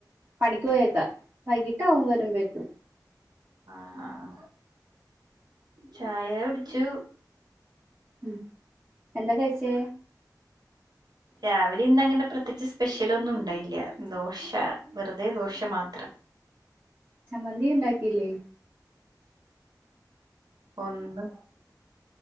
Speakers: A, on the right; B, on the right.
A: പണിക്ക് പോയേക്കുവാ വൈകിട്ട് അവൻ വരുമ്പക്കും
B: ആഹ് ആ ചായ കുടിച്ചു
A: ഉം എന്താ കഴിച്ചേ
B: രാവിലെ ഇന്നങ്ങനെ പ്രത്യേകിച്ച് സ്പെഷ്യല് ഒന്നും ഒണ്ടായില്ല ദോശ വെറുതെ ദോശ മാത്രം
A: ചമ്മന്തി ഉണ്ടാക്കിയില്ലേ
B: ഒന്നും